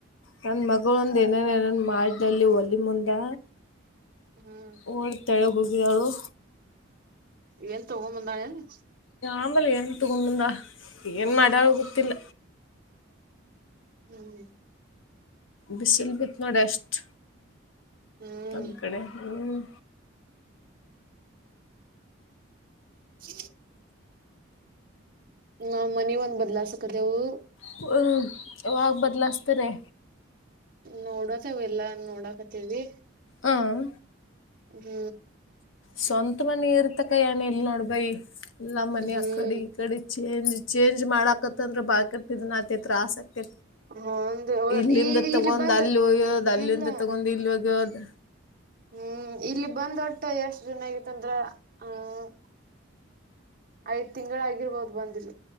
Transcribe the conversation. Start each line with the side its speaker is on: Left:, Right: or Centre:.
Left: ನನ್ನ ಮಗ ಒಂದು ಏನೇನೇ ಮಾಡಲ್ಲಿ ಒಲಿ ಮುಂದೆ
Right: ಹ್ಮ್
Left: ಓರ್ ತೆಳಗೆ ಹೋಗಿದವಳು
Right: ಏನು ತೋಗ ಮಂದಳನು
Left: ಆಂಬಲೆ ಏನ್ ತುಗೊಂಡಂದ ಏನ್ ಮ ಆ ಗೊತ್ತಿಲ್ಲ
Right: ಹ್ಮ್
Left: ಬಿಸಿಲ್ ಬಿತ್ ನೋಡಿ ಅಷ್ಟ್
Right: ಹ್ಮ್
Left: ನಂದ್ ಕಡೆ ಹ್ಮ್
Right: ಹ ನ್ ಮನ ಒಂದ್ ಬದ್ಲಸಕದೆೇವು
Left: ಹ ಅವಾಗ ಬದಲಿಸ್ತಾರೆ
Right: ನೋಡತ್ ಅವ ಎಲ್ಲಾ ನೋಡಾಕತ್ತವಿ
Left: ಹಾಂ
Right: ಹ್ಮ್
Left: ಸ್ವಂತ ಮನಿ ಇರ್ತಕ್ಕ ಏನ ಇಲ್ ನೋಡ್ ಬೈ ಇಲ್ಲ ಮನ
Right: ಹ್ಮ್
Left: ಆ ಕಡೆ ಈ ಕಡೆ ಚೇಜ್ ಚೇಂಜ್ ಮಾಡಾಕತ್ತಂದ್ರೆ ಬಾಳ್ಕಟ್ಟಿದ್ ನತ್ರ ಆಸಕ್ತಿ
Right: ಹಂದು
Left: ಇಲ್ಲಿಂದ
Right: ಈಗ
Left: ತಗೊಂಡ್
Right: ಇಲ್ಲಿ ಬಂದ್
Left: ಅಲ್ಲಿ ಹೋಗ್ಯೋದು ಅಲ್ಲಿಂದ
Right: ಇಲ್ಲ
Left: ತಗೊಂಡ್ ಇಲ್ಲಿ ಹೋಗ್ಯೋದು
Right: ಹ್ಮ್ ಇಲ್ಲಿ ಬಂದ್ ಹೊಟ್ಟು ಎಷ್ಟ ಜನ ಆಗತ್ತಂದ್ರ ಹ್ಮ ಐದ್ ತಿಂಗಳ ಆಗಿರ್ಬೋದು ಬಂದಿಲ್ಲ